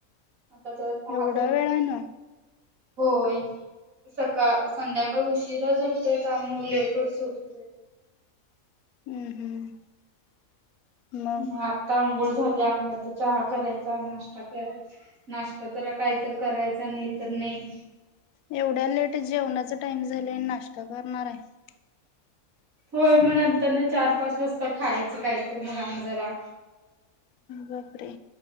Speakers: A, on the right; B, on the left.
A: आता जरा चहा
B: एवढा
A: करून
B: वेळान
A: पी. होय सका संध्याकाळी उशीरा ते त्यामुळे लेटच होतोय.
B: हम्म हम्म. मग
A: म आत्ता आंगोळ झाल्या म आत्ता चहा करायचा, नाश्ता का नाश्ता जरा काय तर करायचा नाही तर नाही.
B: एवढ्या लेट जेवणाचा टाईम झा प्लेन नाष्टा करणार आहे.
A: होय मग नंतर नी चार पाच वाजता खायचं काही तर मग आणि जरा
B: बापरे